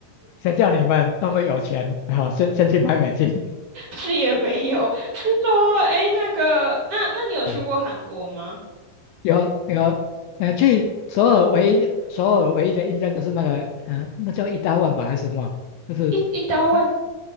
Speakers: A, on the left (about 80°); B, on the right (about 60°).
A: 谁叫你们那么有钱？好，先先去买美金，
B: 是也没有，是说，诶，那个，那那你有去过韩国吗？
A: <laughs> 有有，呃，去首尔唯一首尔唯一的印象就是那个，嗯、那叫一大万吧还是什么？就是，
B: 一一刀万，
A: 啊